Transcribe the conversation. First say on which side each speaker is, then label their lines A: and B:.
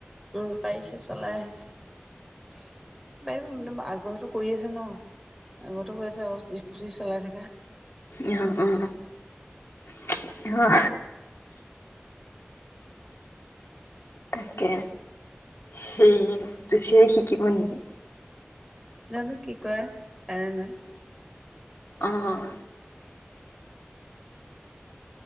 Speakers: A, in the centre; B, on the left.
A: উম পাৰিছে চলাই আহিছে পাৰিব মানে আগো কৰি আছে ন আগো কৈ আছে আৰু স্কুটি চলাই থকা
B: আহ অ আহ তাকে সেই ুচিয়াই শিকিব নেকি
A: জানো কি কৰে কাৰনে নহয়
B: আহ